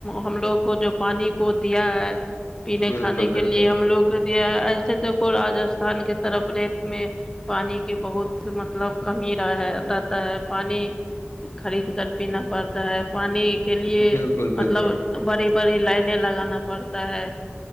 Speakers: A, on the left; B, on the left.
A: ہم لوگ کو جو پانی کو دیا ہے پینے
B: بالکل
A: کھانے
B: بالکل
A: کے لیے ہم لوگوں کو دیا ہے ایسے دیکھو راجستھان کی طرف ریت میں پانی کی بہت مطلب کمی رہا ہے رہتا ہے پانی خرید کر پینا پڑتا ہے پانی کے لیے
B: بالکل بالکل
A: مطلب بڑی بڑی لائن لگانا پڑتا ہے